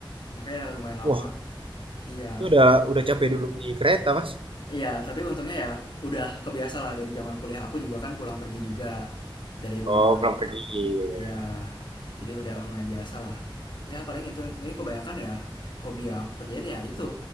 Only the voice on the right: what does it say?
Wah,
itu udah udah capek dulu di kereta Mas.
Oh, pulang pergi. Iya.